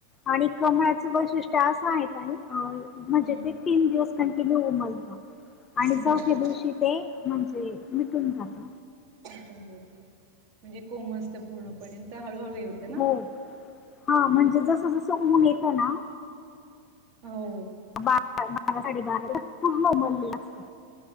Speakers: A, on the left; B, on the right.
A: आणि कमळाचं वैशिष्ट्य असं आहे म्हणजे
B: हम्म
A: ते तीन दिवस कंटिन्यू उमल आणि
B: हम्म
A: चौथे
B: असं
A: दिवशी ते म्हणजे मिटून जात
B: टून जात म्हणजे कोम असतं पूर्णपणे तर हळूहळू यत
A: हो हा म्हणजे जस जस ऊन येत ना
B: हो
A: बारा साडे बाराला पूर्णमललेलं असत